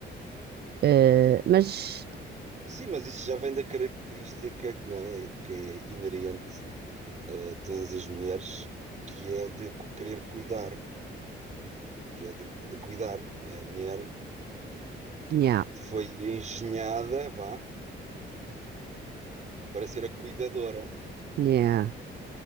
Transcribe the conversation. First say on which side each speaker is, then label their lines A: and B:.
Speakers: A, on the right; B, on the right.
A: Ah, mas,
B: Sim, mas isso já vem da característica que não é que é inerente a todas as mulheres, que é de cu- querer cuidar, que é de, de cuidar. não é? A mulher
A: yeah,
B: foi engenhada, vá, para ser a cuidadora,
A: yeah,